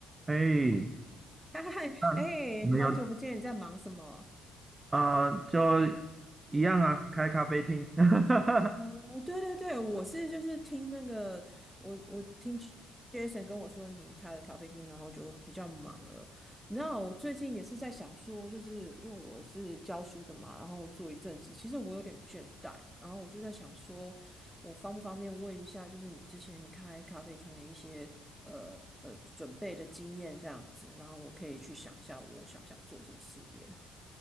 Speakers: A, on the right (about 20°); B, in the centre.
A: 哎，
B: <laughs> 嗨，嗨哎，
A: 啊，没有，
B: 好久不见，你在忙什么？
A: 啊，就一样啊，开咖啡厅。<laughs> 哈哈哈
B: 哦，对对对，我是就是听那个，我我听 Jason 跟我说你开了咖啡厅，然后就比较忙了。你知道我最近也是在想说，就是因为我是教书的嘛，然后做一阵子，其实我有点倦怠，然后我就在想说，我方不方便问一下，就是你之前开咖啡厅的一些呃呃准备的经验这样子，然后我可以去想一下，我想不想做这个事业。